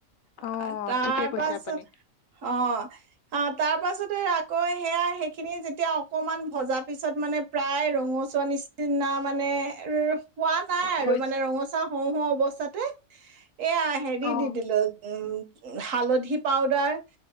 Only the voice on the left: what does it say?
অ
ঠিকে কৈছে
আপুনি
হৈ
অ